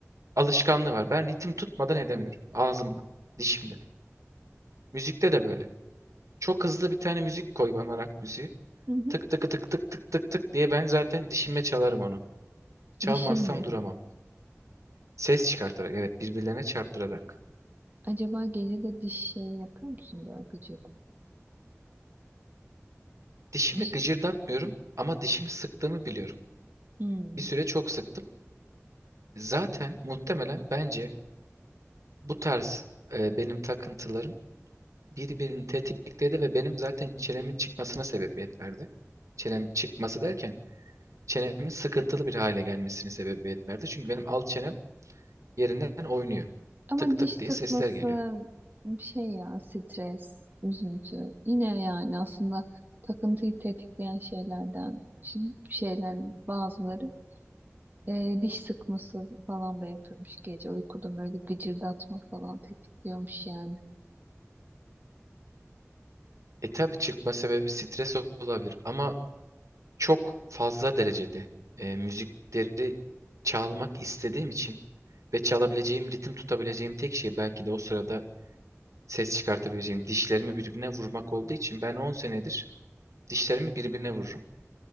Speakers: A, on the right; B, on the right.
A: alışkanlığı var. Ben ritim tutmadan edemiyorum. Ağzımla, dişimle. Müzikte de böyle. Çok hızlı bir tane müzik koy bana rock müziği.
B: Hı hı.
A: Tık tık tık tık tık tık tık diye ben zaten dişimle çalarım onu. Çalmazsam
B: Dişinle.
A: duramam. Ses çıkartarak evet birbirlerine çarptırarak.
B: Acaba gece de diş şey yapıyor musun böyle gıcır?
A: Dişimi
B: Diş.
A: gıcırdatmıyorum ama dişimi sıktığımı biliyorum.
B: Hmm.
A: Bir süre çok sıktım. Zaten muhtemelen bence bu tarz e, benim takıntılarım birbirini tetikledi ve benim zaten çenemin çıkmasına sebebiyet verdi. Çenem çıkması derken çenemin sıkıntılı bir hale gelmesine sebebiyet verdi. Çünkü benim alt çenem yerinden oynuyor.
B: Ama
A: Tık
B: diş
A: tık diye
B: sıkması
A: sesler geliyor.
B: bir şey ya stres, üzüntü. Yine yani aslında takıntıyı tetikleyen şeylerden şimdi şeyler bazıları e, diş sıkması falan da yapıyormuş gece uykuda böyle gıcırdatma falan tetikliyormuş yani.
A: E tabii çıkma sebebi stres olabilir ama çok fazla derecede e, müzikleri çalmak istediğim için ve çalabileceğim, ritim tutabileceğim tek şey belki de o sırada ses çıkartabileceğim dişlerimi birbirine vurmak olduğu için ben 10 senedir dişlerimi birbirine vururum.